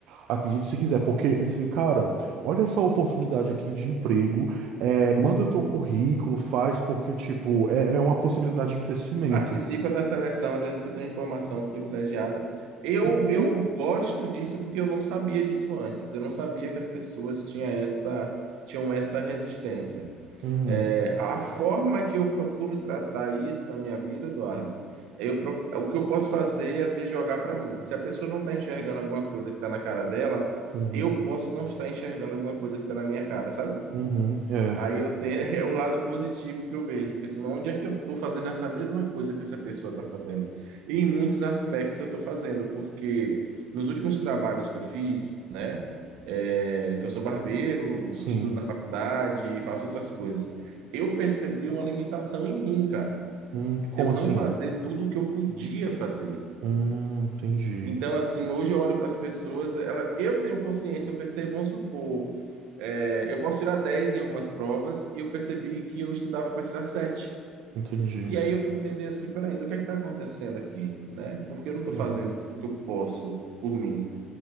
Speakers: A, on the right; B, on the right.
A: Acredite se quiser, porque eu disse assim, cara, olha essa oportunidade aqui de emprego, é, manda o teu currículo, faz, porque, tipo, é, é uma possibilidade de crescimento.
B: Participa da seleção, às vezes você tem uma informação privilegiada. Eu,
A: Uhum.
B: eu gosto disso porque eu não sabia disso antes. Eu não sabia que as pessoas tinham essa, tinham essa resistência.
A: Uhum.
B: É, a forma que eu procuro tratar isso na minha vida, Eduardo, eu, pro- o que eu posso fazer é, às vezes, jogar para mim. Se a pessoa não está enxergando alguma coisa que está na cara dela,
A: Uhum.
B: eu posso não estar enxergando alguma coisa que está na minha cara, sabe?
A: Uhum. É,
B: Aí eu tenho <laughs> é o lado positivo que eu vejo, porque assim, onde é que eu estou fazendo essa mesma coisa que essa pessoa está fazendo? E em muitos aspectos eu estou fazendo, porque nos últimos trabalhos que eu fiz, né, é, que eu sou barbeiro,
A: sim.
B: estudo na faculdade e faço outras coisas, eu percebi uma limitação em mim, cara,
A: Hum,
B: de
A: como
B: eu não
A: assim?
B: fazer tudo o que eu podia fazer.
A: Hum, entendi.
B: Então, assim, hoje eu olho para as pessoas, ela, eu tenho consciência, eu percebo, vamos supor, é, eu posso tirar 10 em algumas provas e eu percebi que eu estudava para tirar sete
A: Entendi.
B: E aí eu fui entender assim, peraí, o que é que está acontecendo aqui, né? Porque eu não estou
A: Uhum.
B: fazendo tudo que eu posso por mim.